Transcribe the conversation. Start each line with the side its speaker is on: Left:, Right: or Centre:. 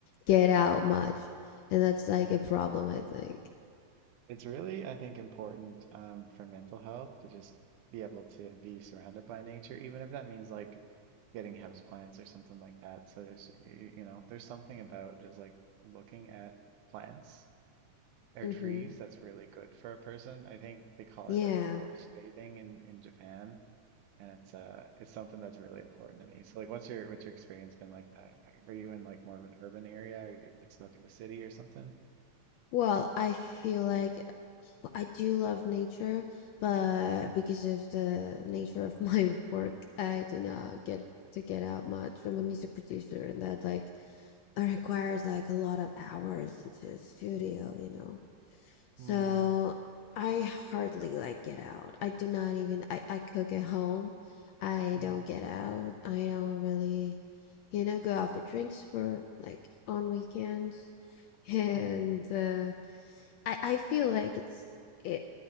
Left: get out much, and that's like a problem, I think.
Right: It's really, I think, important um, for mental health to just be able to be surrounded by nature, even if that means like getting house plants or something like that. So there's y- you know, there's something about just like looking at plants or
Left: Mm-hmm.
Right: trees that's really good for a person. I think they call
Left: Yeah.
Right: it like forest bathing in in Japan, and it's uh it's something that's really important to me. So like what's your what's your experience been like that? Are you in like more of an urban area? Are you like stuck in the city or something?
Left: Well, I feel like well, I do love nature, but because of the nature of my <laughs> work, I do not get to get out much. I'm a music producer, and that like it requires like a lot of hours into the studio, you know. So
Right: Hmm.
Left: I hardly like get out. I do not even I, I cook at home. I
Right: Hmm.
Left: don't get out. I don't really, you know, go out for drinks for like on weekends. <laughs> And
Right: Hmm.
Left: uh, I I feel like it's it